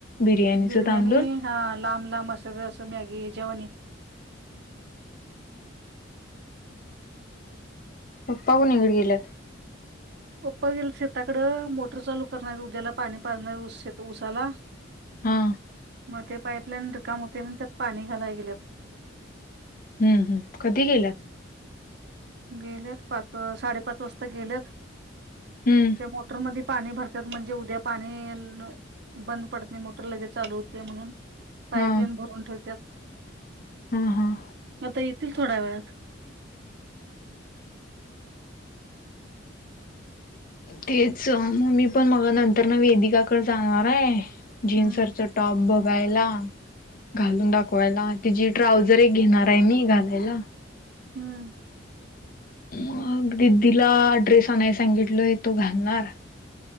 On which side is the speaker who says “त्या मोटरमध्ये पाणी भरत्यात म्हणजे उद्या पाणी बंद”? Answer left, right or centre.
Right